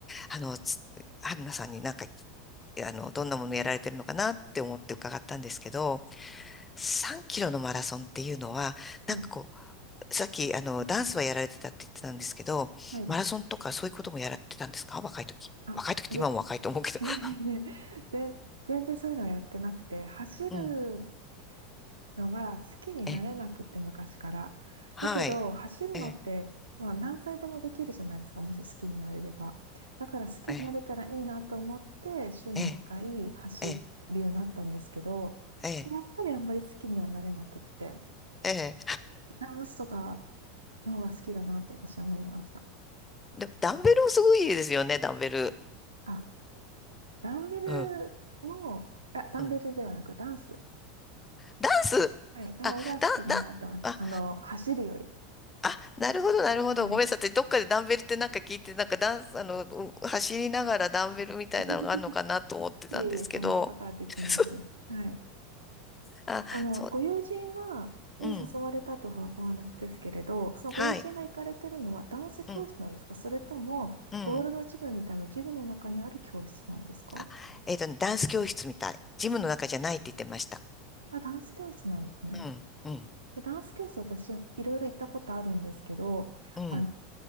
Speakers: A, on the left; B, on the right.
A: あの、つ春菜さんになんか、あの、どんなものやられてるのかなって思って伺ったんですけど、3キロのマラソンっていうのは、
B: うん。
A: なんかこう、さっき、あの、ダンスはやられてたって言ってたんですけど、
B: はい。
A: マラソンとかそういうこともやられてたんですか若い時。
B: あ、
A: 若い時って今も若いと思うけど。
B: いえ。<laughs>
A: <laughs>
B: いえで、全然そういうのはやってなくて、走る
A: うん。
B: のは好きになれなくって昔から。
A: え、はい。
B: だけど走るのって、
A: え、
B: まあ、何歳でもできるじゃないですかもし好きになれれば。だから好きになれたらいいなと思って週に2回走るようになったんですけど
A: え、え、え、え、え、
B: やっぱりあんまり好きにはなれなくって
A: え。
B: ダンスとかの方が好きだなと私は思いました。
A: でも、ダンベルもすごいいですよね、ダンベル。
B: あ、ダンベルも、
A: うん、
B: あ、ダンベルではなくダンス、
A: うん。ダンス、
B: はい、の方が好きだなと思います。
A: あ、だ、だ、あ、
B: あの走るより。
A: あ、なるほど、なるほど。
B: はい
A: ごめんなさい。私どっかでダンベルってなんか聞いて、なんかダンス、あの、う走りながらダンベルみたいなのがあるのかなと思ってたんですけど。
B: <laughs> いえいえ、そんなことはできないです。
A: <laughs> そう
B: はい。
A: あ、
B: あの、
A: そう、
B: ご友人が、に誘われたというおお話ですけれど、
A: うん。
B: そのご友人が行かれてるのはダンス教室なんですかそれとも、
A: はい。うん、うん。
B: ゴールドジムみたいなジムの中にある教室なんですか
A: あ、えっとね、ダンス教室みたい。ジムの中じゃないって言ってました。
B: あ、ダンス教室なんですね。
A: うん、うん、
B: で、ダンス教室私、いろいろ行ったことあるんですけど、
A: うん、
B: あの、